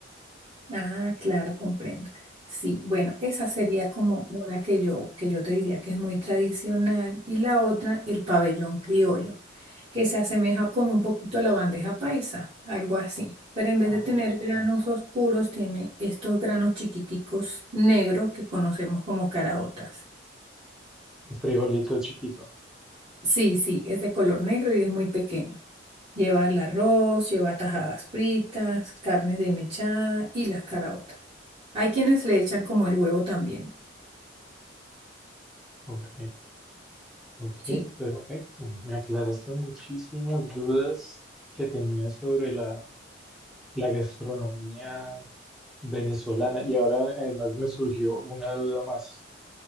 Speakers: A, on the right; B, in the centre.
A: Ah, claro, comprendo. Sí, bueno, esa sería como una que yo, que yo te diría que es muy tradicional y la otra, el pabellón criollo. que se asemeja como un poquito a la bandeja paisa, algo así. Pero en vez
B: Ah,
A: de tener granos
B: ok.
A: oscuros, tiene estos granos chiquiticos negros que conocemos como caraotas.
B: Un frijolito chiquito.
A: Sí, sí, es de color negro y es muy pequeño. Lleva el arroz, lleva tajadas fritas, carnes de desmechada y las caraotas. Hay quienes le echan como el huevo también.
B: Ok, ok,
A: Sí,
B: perfecto. Me aclaraste muchísimas dudas que tenía sobre la, la gastronomía venezolana y ahora además me surgió una duda más.